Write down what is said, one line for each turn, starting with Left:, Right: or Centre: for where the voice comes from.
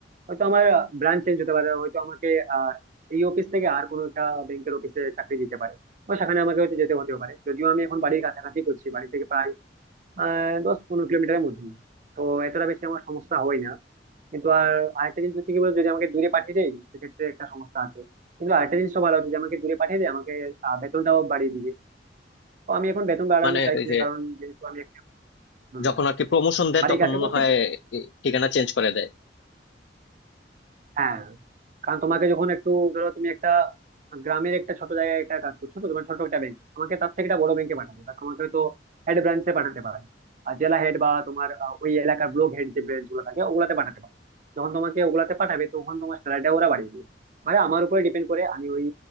Right: হয়তো আমার ব্রাঞ্চ চেঞ্জ হতে পারে হয়তো আমাকে আহ, এই অফিস থেকে আর কোনো একটা ব্যাংকের অফিসে চাকরি দিতে পারে বা সেখানে আমাকে হয়তো যেতে হতেও পারে যদিও আমি এখন বাড়ির কাছাকাছি করছি বাড়ি থেকে প্রায় আহ দশ পনেরো কিলোমিটারের মধ্যে তো এতটা বেশি আমার সমস্যা হয় না কিন্তু আর আরেকটা জিনিস হচ্ছে কি বলতো যদি আমাকে দূরে পাঠিয়ে দেয় সেক্ষেত্রে একটা সমস্যা আছে কিন্তু আরেকটা জিনিসও ভালো যদি আমাকে দূরে পাঠিয়ে দেয় আমাকে আহ, বেতনটাও বাড়িয়ে দিবে তো আমি এখন বেতন বাড়ানো
Left: মানে
Right: চাইছি
Left: ওই
Right: না
Left: যে
Right: কারণ যেহেতু আমি হুম
Left: যখন আর কি প্রমোশন দেয়
Right: বাড়ির
Left: তখন
Right: কাছে
Left: মনে
Right: করছি
Left: হয়
Right: তো
Left: এ, ঠিকানা চেঞ্জ করে দেয়
Right: হ্যাঁ কারণ তোমাকে যখন একটু ধরো তুমি একটা গ্রামের একটা ছোট জায়গায় একটা কাজ করছো তো তোমার ছোট একটা ব্যাংক আমাকে তার থেকে একটা বড় ব্যাংকে পাঠাবে বা তোমাকে হয়তো হেড ব্রাঞ্চে পাঠাতে পারে আর জেলা হেড বা তোমার আহ, ওই এলাকার ব্লক হেড যে ব্রাঞ্চ গুলো থাকে ওগুলাতে পাঠাতে পারে যখন তোমাকে ওগুলাতে পাঠাবে তখন তোমার স্যালারিটা ওরা বাড়িয়ে দেবে মানে আমার উপরে ডিপেন্ড করে আমি ওই